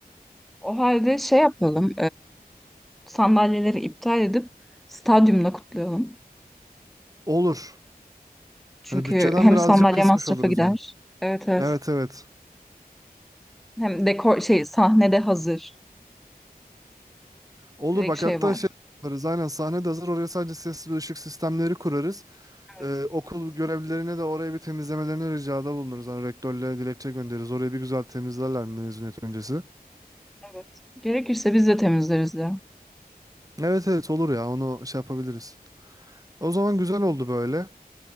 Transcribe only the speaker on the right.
Olur.
Hani bütçeden
birazcık
kısmış
oluruz
hem.
Evet evet.
Olur
bak
hatta
şey yaparız. Aynen sahne de hazır. Oraya sadece ses ve ışık sistemleri kurarız.
Ee, okul görevlilerine de oraya bir temizlemelerini ricada bulunuruz. Hani rektörle dilekçe göndeririz. Orayı bir güzel temizlerler mezuniyet öncesi.
Evet evet olur ya onu şey yapabiliriz. O zaman güzel oldu böyle.